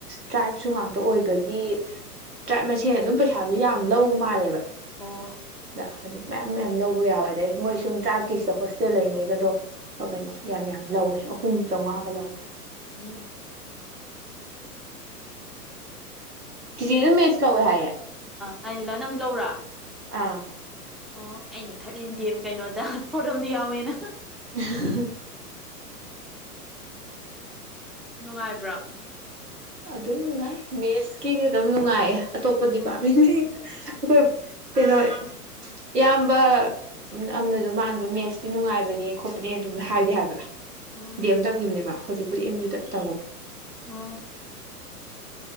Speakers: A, on the right; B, in the centre.
A: ꯇ꯭ꯔꯥꯏꯕꯁꯨ ꯉꯥꯛꯇ ꯑꯣꯏꯕꯒꯤ ꯇ꯭ꯔꯥꯏꯕ ꯃꯁꯦꯜꯅ ꯑꯗꯨꯝ ꯄꯩꯁꯥꯗꯨ ꯌꯥꯝ ꯂꯧ ꯃꯥꯜꯂꯦꯕ
B: ꯑ
A: ꯗ ꯑꯗꯨ ꯃꯌꯥꯝ ꯃꯌꯥꯝ ꯂꯧꯕ ꯌꯥꯎꯋꯦ ꯑꯗꯩ ꯃꯣꯏ ꯁꯨꯝ ꯇ꯭ꯔꯥꯏꯞꯀꯤꯁꯤꯗ ꯍ ꯁꯦ ꯂꯩꯅꯩꯒꯗꯣ ꯀꯩꯅꯣ ꯌꯥꯝ ꯌꯥꯝ ꯂꯧꯋꯦ ꯑꯍꯨꯝ ꯆꯥꯃꯉꯥꯒ ꯂꯧꯋꯦ
B: ꯎꯝ
A: ꯆꯤꯖꯤꯦ ꯑꯗꯨꯝ ꯃꯦꯠꯁ ꯀꯧꯋꯦ ꯍꯥꯏꯌꯦꯦ
B: ꯍꯥꯏꯗꯤ ꯅꯪꯁꯨ ꯂꯧꯔꯥ
A: ꯑꯥ
B: ꯑꯣ ꯑꯩꯅ ꯈꯠꯂꯤꯗꯤꯦ ꯀꯩꯅꯣꯗ ꯄꯣꯔꯝꯗꯤ ꯌꯥꯎꯋꯦꯅ
A: <inaudible>
B: ꯅꯨꯡꯉꯥꯏꯕ꯭ꯔꯥ
A: ꯑꯗꯨꯝ ꯅꯨꯡꯉꯥꯏ ꯃꯦꯁꯀꯤꯗꯤ ꯑꯗꯨꯝ ꯅꯨꯡꯉꯥꯏꯌꯦ ꯑꯇꯣꯞꯄꯗꯤ
B: ꯎꯝ
A: ꯄꯥꯝꯃꯤ ꯑꯩꯈꯣꯏ ꯀꯩꯅꯣ ꯏꯌꯥꯝꯕ ꯑꯃꯥꯅꯁꯨ ꯃꯥꯅꯗꯣ ꯃꯦꯠꯁꯇꯤ ꯅꯨꯡꯉꯥꯏꯕꯅꯦ ꯈꯣꯠꯄꯅꯦ ꯑꯗꯨꯝ ꯍꯥꯏꯕꯗꯤ ꯍꯥꯏꯕ
B: ꯎꯝ
A: ꯗꯦꯝ ꯇꯝꯈꯤꯕꯅꯦꯃ ꯍꯧꯖꯤꯛꯄꯨꯗꯤ ꯑꯦꯝ ꯌꯨꯗ ꯇꯥꯃꯣꯅꯦ
B: ꯎꯝ